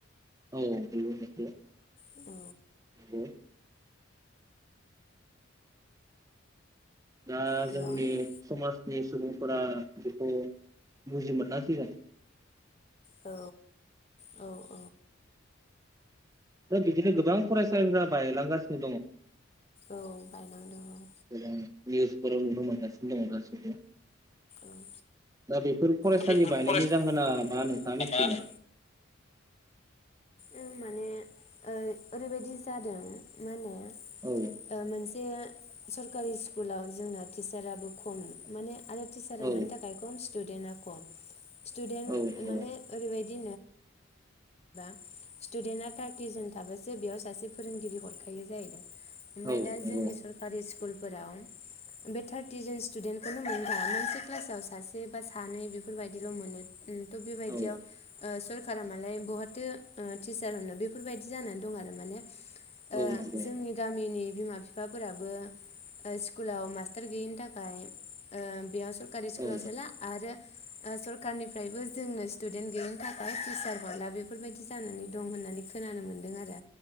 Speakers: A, on the right; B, on the left.
A: <unintelligible> औ
B: औ
A: दा
B: हेल'
A: जोंनि
B: औ
A: समाज नि सुबुंफोरा बेखौ बुजि मोनासैगोन
B: औ औ
A: दा बिदिनो गोबां फरायसालिफोरा बायलांगासिनो
B: औ बायलांदों औ
A: दङ निउस <unintelligible>
B: औ
A: दा बेफोर फरायसालि
B: बेफोर
A: बायनायनि
B: फरायसा
A: जाहोना मा नोंथाङा मिथिगौ
B: लानानै औ माने ओ-ओरैबायदि जादों मा होनो
A: औ
B: ओ मोन ओ सरकारि स्कुलाव जोंना टिचाराबो खम माने आरो टिसारा
A: औ
B: मानि थाखाय खम स्टुडेन्टआ खम स्टुदेन्ट
A: औ नंगौ
B: माने ओरैबायदि <unintelligible> स्टुडेटा थार्टिजेन थाबाय जे बेयाव सासे फोरोंगिरि हरखायो जाहैदों ओमफ्राय
A: औ नंगौ
B: दा जोंनि सरकारि स्कुल फोराव बेटारटिजन स्टुडेन्टखौनो मोनबा मोनसे क्लासाव सासे बा सानै बेफोरबायाददिल' मोनो <unintelligible> थ बेबायदियाव
A: औ
B: ओ सोरखारा मालाय बहाथो ओ टिचार होनो बेफोरबायदि जानानै दं आरो माने ओ
A: नंगौ
B: जोंनि गामिनि बिमा बिफाफोराबो ओ स्कुलाव मास्टार गैयिनि थाखाय ओ बेयाव सरकारि स्कुलाव
A: औ
B: सेरला आरो ओ सरखारारनिफ्रायबो जोंनो स्टुदेन्ट गैयिनि थाखाय टिचार हरला बेफोरबायदि बिदि जानानै दं होननानै खोनानो मोन्दों आरो